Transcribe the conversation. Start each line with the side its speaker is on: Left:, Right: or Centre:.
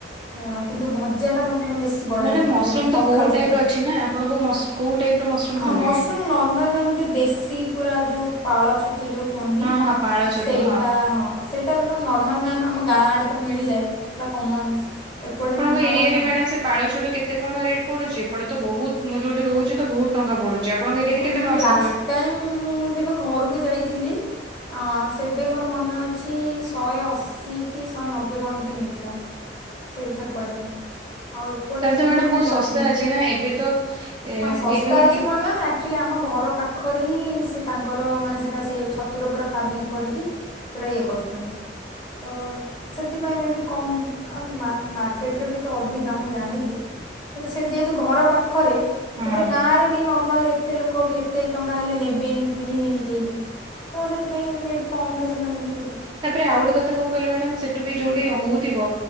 Left: ହ କିନ୍ତୁ ଭଜା ଟା ମତେ ମ୍ୟାମ ବେଶୀ ବଢିଆ
Right: ମ୍ୟାଡାମ
Left: ଲାଗେ।
Right: ମସରୁମ
Left: ମାନେ
Right: ତ
Left: ପଖାଳ
Right: ବହୁତ ଟାଇପ
Left: ସହିତ।
Right: ର ଅଛି ନା ଆପଣଙ୍କୁ ମସ୍ କୋଉ ଟାଇପ ର ମସରୁମ
Left: ହଁ
Right: ଭଲ ଲାଗେ?
Left: ମସରୁମ ନର୍ମାଲ ମ୍ୟାମ ଯେମିତି ଦେଶୀ ପୁରା ଯୋଉ ପାଳ ଛ ତୁ ଯୋଉ କୁହନ୍ତି।
Right: ହଁ ହଁ ପାଳ ଛତୁ
Left: ସେଇଟା ହଁ ସେ ଟା ନର୍ମାଲ ମ୍ୟାମ୍ ଆମ ଗାଁ ଆଡେ ତ ମିଳିଯାଏ। ଏଟା କମନ୍ସ ଏପଟେ
Right: ଆପଣଙ୍କ
Left: ନର୍ମାଲ
Right: ଏରିଆରେ
Left: ମ୍ୟାମ
Right: ମ୍ୟାଡାମ ସେ ପାଳ ଛତୁ କେତେ କଣ ରେଟ୍ ପଡୁଛି? ଏପଟେ ତ ବହୁତ ମୁଁ ଯୋଉଠି ରହୁଛି ତ ବହୁତ ଟଙ୍କା ପଢୁଛି। ଆପଣଙ୍କ ଏରିଆରେ କେତେ
Left: ମ୍ୟାମ୍
Right: ଟଙ୍କାର
Left: ଲାଷ୍ଟ
Right: ସାରିବେ?
Left: ଟାଇମ୍ ମୁଁ ଯେବେ ଘରକୁ ଯାଇଥିଲି ହଁ ସେବେ ମୋର ମନେ ଅଛି ଶହେ ଅଶୀ କି ଶହେ ନବେ କଣ ଏମିତି ନେଇଥିଲା। ସେଇଠି ସେପଟେ। ଆଉ ଏପଟରେ
Right: ତାହେଲେ ତ
Left: ମ୍ୟାମ
Right: ମ୍ୟାଡାମ
Left: ମୁଁ
Right: ବହୁତ
Left: ଜାଣିନି।
Right: ଶସ୍ତା ଅଛି ନା ଏବେ ତ ଏ
Left: ହଁ ଶସ୍ତା
Right: ଏବେ ମୁଁ
Left: ଅଛି।
Right: କି
Left: ଣିବା ମ୍ୟାମ ଆକ୍ଚୁଆଲି ଆମ ଘର ପାଖରେ ହିଁ ସେ ତାଙ୍କର ମାନେ ସେଇଟା ସେ ଛତୁର ପୁରା ଫାର୍ମିଂ କରିକି ପୁରା ଇଏ କରୁଛନ୍ତି। ତ ସେଥିପାଇଁ ମେ କମ ମା ମାର୍କେଟରେ ବି ତ ଅଧିକା ମୁଁ ଜାଣିଛି। କିନ୍ତୁ ସେଠି ଯେହେତୁ ଘର ପାଖରେ
Right: ହଁ।
Left: ତାପରେ ଗାଁ ରେ ନର୍ମାଲ ଏତେ ଲୋକ ବି ଏତେ ଟଙ୍କା ହେଲେ ନେବେନି କିଣିବେନି କେହି। ତ ସେଥିପାଇଁ ମେ ବି କମ ରେ ସେମାନେ ବି
Right: ତାପରେ ଆଉ ଗୋଟେ କଥା କଣ କହିଲି ମ୍ୟାଡାମ ସେଠୁ ବି ଯୋଉଠି
Left: ହୁଁ
Right: ହଉଥିବ